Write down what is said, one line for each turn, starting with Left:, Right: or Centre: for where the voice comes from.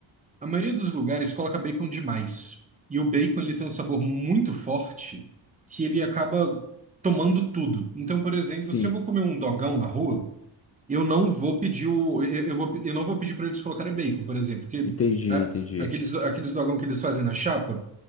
Right: A maioria dos lugares coloca bacon demais. E o bacon ele tem um sabor muito forte que ele acaba tomando tudo. Então, por exemplo,
Left: Sim,
Right: se eu vou comer um dogão na rua, eu não vou pedir o eu, eu vou, eu não vou pedir para eles colocarem bacon, por exemplo, porque
Left: entendi,
Right: ah,
Left: entendi.
Right: aqueles aqueles dogão que eles fazem na chapa